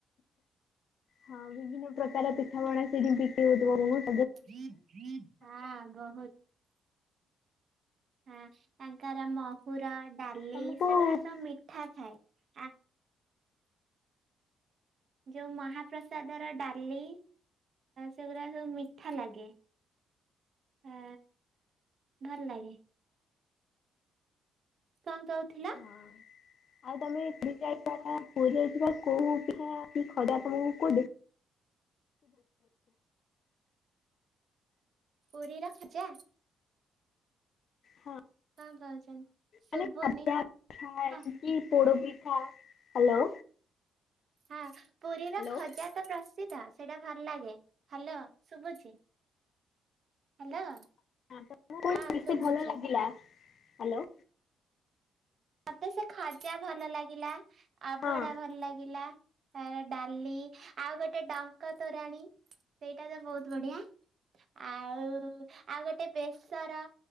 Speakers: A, on the left; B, on the right.
A: ହଁ ବିଭିନ୍ନ ପ୍ରକାର ପିଠାପଣା ସେଇଠି <unintelligible> ହଉଥିବ ବହୁତ୍।
B: <unintelligible> ବହୁତ୍। ହଁ, ତାଙ୍କର ମ ପୁରା ଡାଲି
A: ତମକୁ
B: ସେଗୁରା
A: ହଁ
B: ସବୁ ମିଠା ଥାଏ ଆଁ ଯୋଉ ମହାପ୍ରସାଦର ଡାଲି ସେଗୁଡା ସବୁ ମିଠା ଲାଗେ। ହଁ ଭଲ ଲାଗେ। କଣ କହୁଥିଲ?
A: ହଁ। ଆଉ ତମେ ପୁରୀ ଯାଇ ପୁରୀ ଯାଇଥିବା କୋଉ ପିଠା ଖରା ତମକୁ କୋଉ ଦେଖ <inaudible>
B: ପୁରୀ ର ଖଜା।
A: ହଁ
B: କଣ କହୁଛନ୍ତି, ଶୁଭୁନି?
A: ମାନେ ଖଜା ପିଠା
B: ହା
A: କି ପୋଡ଼ପିଠା ହ୍ୟାଲୋ
B: ହଁ, ପୁରୀର
A: ହ୍ୟାଲୋ
B: ଖଜା ତ ପ୍ରସିଦ୍ଧ। ସେଇଟା ଭଲ ଲାଗେ। ହାଲୋ, ଶୁଭୁଛି? ହ୍ୟାଲୋ।
A: <inaudible> ବେଶି
B: ହଁ ଶୁଭୁଛି
A: ଭଲ ଲାଗିଲା ହାଲୋ।
B: ମୋତେ ସେ ଖଜା ଭଲ ଲାଗିଲା ଆଭଡା
A: ହଁ।
B: ଭଲ ଲାଗିଲା। ତାର ଡାଲି ଆଉ ଗୋଟେ ଟଙ୍କ ତୋରାଣୀ ସେଇଟା ତ ବହୁତ ବଢିଆ। ଆଉଁ ଆଉ ଗୋଟେ ବେସର